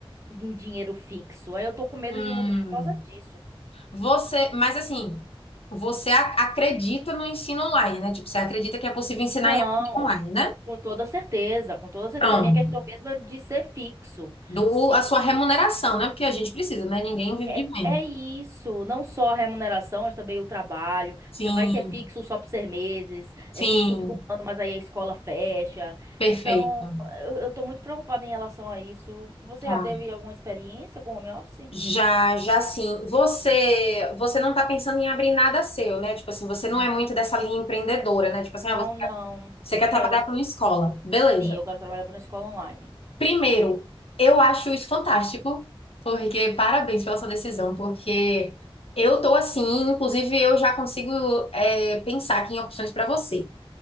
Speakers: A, on the right; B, on the left.
A: um dinheiro fixo. Aí eu tô com medo
B: Hum.
A: de mudar por causa disso.
B: Você, mas assim, você a- acredita no ensino online, né? Tipo, você acredita que é possível ensinar
A: Não,
B: e aprender online, né?
A: com toda certeza, com toda certeza.
B: Pronto.
A: Minha questão mesmo é de ser fixo.
B: Do,
A: Se
B: a sua remuneração, né? Porque a gente precisa, né? Ninguém vive
A: É,
B: de menos.
A: é isso, não só a remuneração, mas também o trabalho,
B: Sim,
A: porque vai que é fixo só por seis meses,
B: sim,
A: é fixo por um ano, mas aí a escola fecha.
B: perfeito.
A: Então, eu, eu tô muito preocupada em relação a isso. Você
B: Tá.
A: já teve alguma experiência com home office?
B: Já, já sim. Você, você não está pensando em abrir nada seu, né? Tipo assim, você não
A: Hum,
B: é muito dessa linha empreendedora, né? Tipo assim,
A: Não,
B: ah, você,
A: não.
B: você quer
A: É,
B: trabalhar
A: eu-
B: para uma escola. Beleza.
A: sim, eu quero trabalhar para uma escola online.
B: Primeiro, eu acho isso fantástico, porque parabéns pela sua decisão, porque eu tô assim, inclusive eu já consigo é, pensar aqui em opções para você.